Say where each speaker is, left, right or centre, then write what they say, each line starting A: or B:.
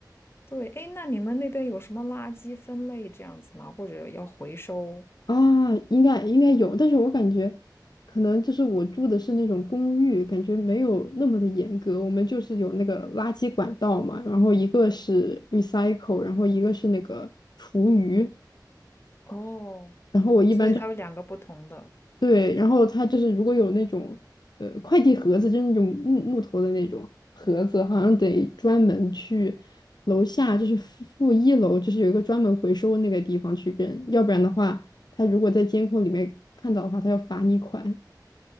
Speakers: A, on the left; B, on the left.
A: 对，哎，那你们那边有什么垃圾分类这样子吗？或者要回收？
B: 啊，应该应该有，但是我感觉可能就是我住的是那种公寓，感觉没有那么的严格。我们就是有那个垃圾管道嘛，然后一个是 recycle，然后一个是那个厨余，
A: 哦，
B: 然后我一般就
A: 所以它有两个不同的。
B: 对，然后他就是如果有那种呃快递盒子，就是那种木木头的那种盒子，好像得专门去楼下，就是负负一楼，就是有一个专门回收那个地方去扔，要不然的话，他如果在监控里面看到的话，他要罚你款。